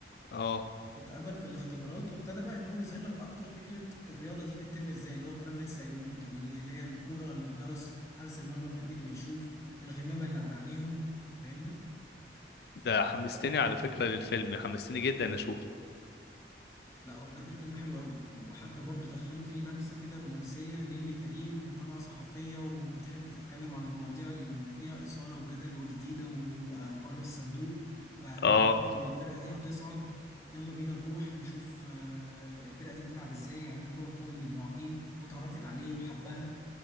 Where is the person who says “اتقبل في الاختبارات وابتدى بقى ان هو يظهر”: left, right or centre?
Left